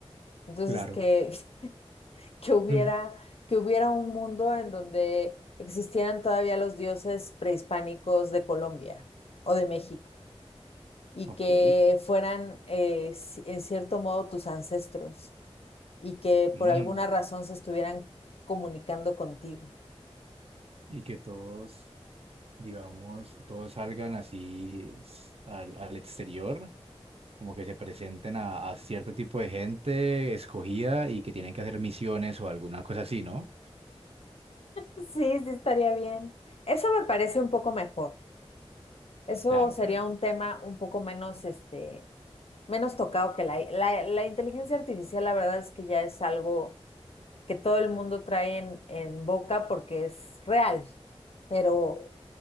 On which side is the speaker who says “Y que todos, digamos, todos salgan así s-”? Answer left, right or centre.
Right